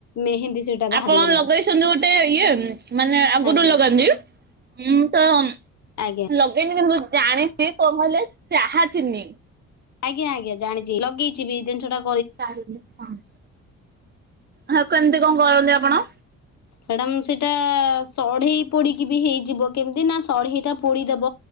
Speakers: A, on the left (about 65°); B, on the right (about 35°).
A: ମେହେନ୍ଦୀ ସେଇଟା ବାହାରିଗଲା
B: ଆପଣ ଲଗେଇଛନ୍ତି ଗୋଟେ ଇଏ ମାନେ ଆଗରୁ
A: ଆଜ୍ଞା।
B: ଲଗାନ୍ତିଁ। ତ
A: ଆଜ୍ଞା।
B: ଲଗେଇନି କି ମୁୁ ଜାଣିଛି କଣ କହିଲେ ଚାହା ଚିନି।
A: ଆଜ୍ଞା ଆଜ୍ଞା, ଜାଣିଛି ଲଗେଇଛି ବି ଜିନିଟା
B: <unintelligible> ହଁ, କେମିତି କଣ କରନ୍ତି ଆପଣ?
A: ମଡାମ ସେଇଟା ସଢେଇ ପୋଡିକି ବି ହେଇଯିବ, କେମିତି ନା ସଢେଇଟା ପୋଡିଦବ।